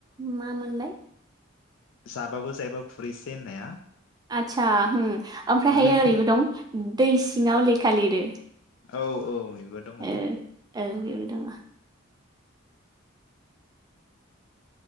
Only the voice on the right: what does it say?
मामोनलाय
आतसा होम आमफ्रायहाय
ओरैबो दं दै सिङाव लेखा लिरो
ओ औ बेबो दङ